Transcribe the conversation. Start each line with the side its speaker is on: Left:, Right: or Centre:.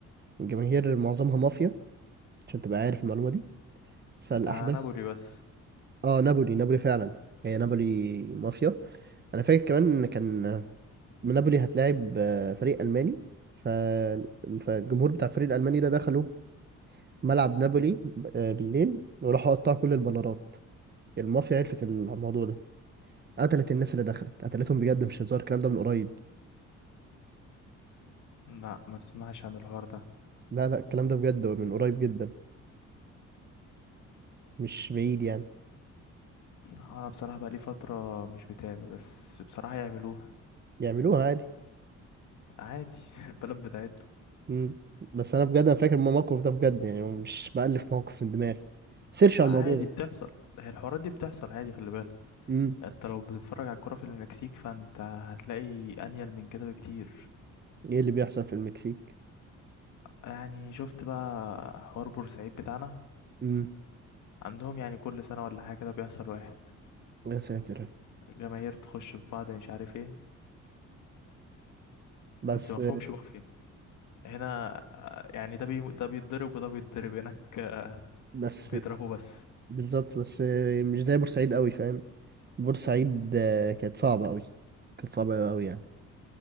Right: الجماهير معظمها مافيا عشان تبقى عارف المعلومه دي فالاحداث
Left: ده نابولي بس
Right: اه نابولي نابولي فعلا هي نابولي مافيا انا فاكر كمان ان كان نابولي هتلاعب آه، فريق الماني فال- فالجمهور بتاع الفريق الالماني ده دخلوا ملعب نابولي ب- آه، بالليل وراحوا قطعوا كل البنرات المافيا عرفت الموضوع ده قتلت الناس اللي دخلت قتلتهم بجد مش هزار الكلام ده من قريب
Left: لا ما اسمعش عن الحوار ده
Right: لا لا الكلام ده بجد من قريب جدا مش بعيد يعني
Left: أنا بصراحة بقالي فترة مش بتابع بس بصراحة يعملوها
Right: يعملوها عادي
Left: عادي <laughs> البلد بتاعته
Right: مم. بس انا بجد انا فاكر الموقف ده بجد يعني مش بألف موقف من دماغي سيرش على
Left: لا
Right: الموضوع
Left: عادي بتحصل هي الحوارات دي بتحصل عادي خلي بالك
Right: مم.
Left: يعني انت لو بتتفرج على الكرة في المكسيك فانت هتلاقي انيل من كده بكتير
Right: ايه اللي بيحصل في المكسيك
Left: يعني شفت بقى حوار بورسعيد بتاعنا
Right: مم.
Left: عندهم يعني كل سنة ولا حاجة كده بيحصل واحد
Right: يا ساتر
Left: جماهير تخش في بعض مش عارف ايه
Right: بس
Left: بس ما فهمش مافيا هنا آه، يعني ده بي... ده بيتضرب وده بيتضرب هناك آه،
Right: بس
Left: بيضربوا بس
Right: بالظبط بس مش زي بورسعيد قوي فاهم بورسعيد آه، كانت صعبة قوي كانت صعبة قوي يعني